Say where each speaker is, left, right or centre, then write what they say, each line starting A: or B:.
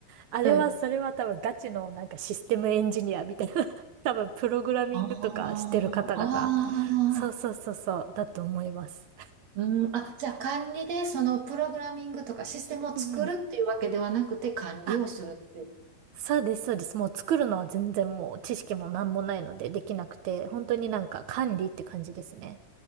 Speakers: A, on the right; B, on the right.
A: あれは、
B: うん。
A: それは多分ガチのなんかシステムエンジニアみたいな。<laughs> 多分プログラミングとかしてる方々。
B: ああ、
A: そうそうそうそう、
B: ああ。
A: だと思います。
B: うん、あ、じゃあ管理でそのプログラミングとかシステムを作るっていうわけではなくて管理をするっていう。
A: うんうん。あ、そうです、そうです。もう作るのは全然もう知識もなんもないのでできなくて、本当になんか管理って感じですね。